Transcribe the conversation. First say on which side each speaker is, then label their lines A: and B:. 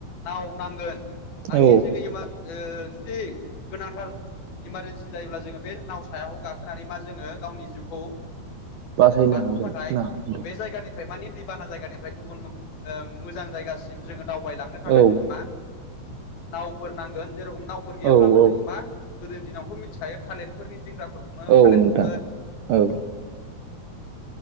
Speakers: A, on the left; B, on the right.
A: नाव नांगोन। मानि
B: औ
A: जोङो ओ जुदि गोनांथार इमारजेन्सि जायोब्ला जोङो बे नाव सायावखौ गाखोनानै मा जोङो गावनि जिउखौ
B: बासायनो
A: बारग'नो
B: हागोन
A: थाखाय
B: ना नोंथां?
A: बे जायगानि फ्राय मानि दैबाना जायगानिफ्राय गुबुन मोजां जायगासिम जोङो दावबायलांनो थाखाय
B: औ
A: जोङो मा नावफोर नांगोन जेरखम नावफोर गैयाब्लाबो
B: औ औ
A: जोङो मा गोदोनि दिनावथ' मिथिखायो थालिरफोरनि दिंग्राफोरखौनो
B: औ
A: थालिरखौनो
B: नोंथां औ